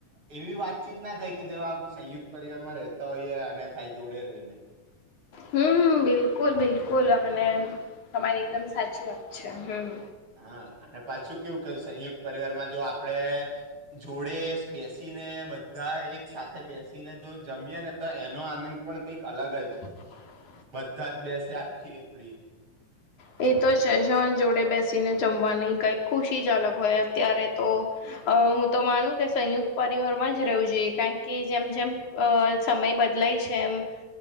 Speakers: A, on the right; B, on the left.
A: એવી વાતચીત ના થાય કે જેવા આપડું સંયુક્ત. પરિવારમાં રહેતા હોઈએ અને થાય જોડે રહીને
B: હમ્મ બિલકુલ બિલકુલ અને તમારી એકદમ સાચી વાત છે હમ્મ.
A: હા અને પાછું કેવું કે સંયુક્ત પરિવારમાં જો આપડે જોડે. બેસીને બધા એક સાથે બેસીને જો જમીએ ને તો એનો આનંદ પણ કઈક અલગ જ હોય.
B: હ.
A: બધા જ બેસે આખી આપડી.
B: એ તો છેજ જોડે બેસીને જમવા નહી કઈક ખુશી જ અલગ હોય અત્યારે તો. અ હું તો માનું કે સંયુક્ત પરિવારમાં જ રેવું જોઈએ કારણ કે જેમ જેમ સમય. બદલાય છે એમ